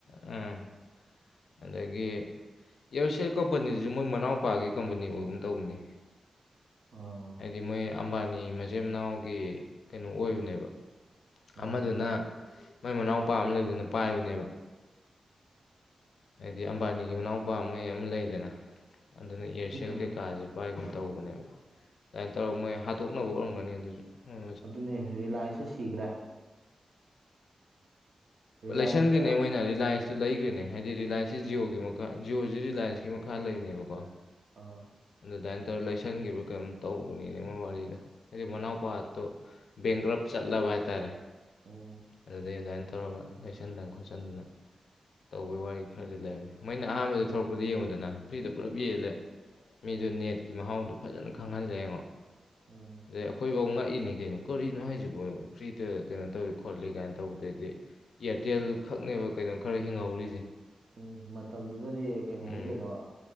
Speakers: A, on the left; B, on the right.
A: ꯎꯝ ꯑꯗꯒꯤ ꯏꯌꯥꯔꯁꯦꯜ ꯀꯝꯄꯅꯤꯗꯨꯁꯨ ꯃꯣꯏ ꯃꯅꯥꯎꯄꯥꯒꯤ ꯀꯝꯄꯅꯤ ꯑꯣꯏꯒꯨꯝ ꯇꯧꯕꯅꯤ
B: ꯑꯥ
A: ꯍꯥꯏꯗꯤ ꯃꯣꯏ ꯑꯝꯕꯥꯅꯤ ꯃꯆꯤꯟ ꯃꯅꯥꯎꯒꯤ ꯀꯩꯅꯣ ꯑꯣꯏꯕꯅꯦꯕ
B: ꯎꯝ
A: ꯑꯃꯗꯨꯅ ꯃꯣꯏ ꯃꯅꯥꯎꯄꯥ ꯑꯃ ꯂꯩꯕꯗꯨꯅ ꯄꯥꯏꯕꯅꯦꯕ ꯍꯥꯏꯗꯤ ꯑꯝꯕꯥꯅꯤꯒꯤ ꯃꯅꯥꯎꯄꯥ ꯃꫭꯏ ꯑꯃ ꯂꯩꯗꯅ ꯑꯗꯨꯅ ꯏꯌꯥꯔꯁꯦꯜ
B: ꯎꯝ
A: ꯀꯩꯀꯥꯁꯦ ꯄꯥꯏꯒꯨꯝ ꯇꯧꯕꯅꯦꯕ ꯑꯗꯨꯃꯥꯏꯅ ꯇꯧꯔꯒ ꯃꯣꯏ ꯍꯥꯠꯇꯣꯛꯅꯕ ꯎꯔꯝꯒꯅꯤ ꯑꯗꯨꯁꯨ ꯃꯣꯏ
B: ꯑꯗꯨꯅꯦ ꯔꯤꯂꯥꯏꯟꯁꯁꯨ ꯁꯤꯈ꯭ꯔꯦ ꯔꯤꯂꯥꯌꯟꯁꯁꯦ
A: ꯑ ꯂꯩꯁꯟꯈ꯭ꯔꯤꯅꯦ
B: ꯌꯥꯝ
A: ꯃꯣꯏꯅ ꯔꯤꯂꯥꯏꯟꯁꯇꯨ ꯂꯩꯈ꯭ꯔꯤꯅꯦ ꯍꯥꯏꯗꯤ ꯔꯤꯂꯥꯏꯟꯁꯁꯤ
B: ꯑꯥ
A: ꯖꯤꯌꯣꯒꯤ ꯃꯈꯥ ꯖꯤꯌꯑꯣꯁꯤ ꯔꯤꯂꯥꯏꯟꯁꯀꯤ ꯃꯈꯥ ꯂꯩꯅꯦꯕꯀꯣ
B: ꯑꯥ
A: ꯑꯗꯨꯃꯥꯏꯅ ꯇꯧꯔ ꯂꯩꯁꯟꯈꯤꯕ꯭ꯔꯥ ꯀꯩꯅꯝ ꯇꯧꯕꯅꯤꯅꯦ ꯃꫭꯏ ꯋꯥꯔꯤꯗꯣ ꯍꯥꯏꯗꯤ ꯃꯅꯥꯎꯄꯥꯇꯣ ꯕꯦꯡꯒ꯭ꯔꯞ ꯆꯠꯂꯕ ꯍꯥꯏꯇꯥꯔꯦ
B: ꯎꯝ
A: ꯑꯗꯨꯗꯩ ꯑꯗꯨꯃꯥꯏꯅ ꯇꯧꯔꯒ ꯂꯩꯁꯟꯗꯅ ꯈꯣꯠꯆꯟꯗꯅ ꯇꯧꯕꯩ ꯋꯥꯔꯤ ꯈꯔꯗꯤ ꯂꯩꯕꯅꯤ ꯃꯣꯏꯅ ꯑꯍꯥꯟꯕꯗ ꯊꯂꯛꯄꯗ ꯌꯦꯡꯉꯨꯗꯅ ꯐ꯭ꯔꯤꯗ ꯄꯨꯂꯞ ꯌꯦꯜꯂꯦ ꯃꯤꯗꯨ
B: ꯎꯝ
A: ꯅꯦꯠꯀꯤ ꯃꯍꯥꯎꯗꫭ ꯐꯖꯅ ꯈꯪꯍꯜꯂꯦ ꯌꯦꯡꯉꯣ
B: ꯎꯝ
A: ꯑꯗꯩ ꯑꯩꯈꯣꯏꯐꯧ ꯉꯛꯏꯅꯤ ꯀꯩꯅꯣ ꯀꯣꯂꯤꯅꯣ ꯍꯥꯏꯁꯤꯕꯨ ꯐ꯭ꯔꯤꯗ ꯀꯩꯅꯣ ꯇꯧꯏꯤ ꯈꯣꯠꯂꯤ ꯀꯥꯏꯅ ꯇꯧꯕꯗꯩꯗꯤ ꯏꯌꯥꯔꯇꯦꯜ ꯈꯛꯅꯦꯕ ꯀꯩꯅꯣꯝ ꯈꯔ ꯍꯤꯡꯍꯧꯔꯤꯁꯦ
B: ꯎꯝ ꯃꯇꯝꯗꯨꯗꯗꯤ ꯀꯩꯅꯣꯅꯤ
A: ꯎꯝ
B: ꯀꯩꯅꯣ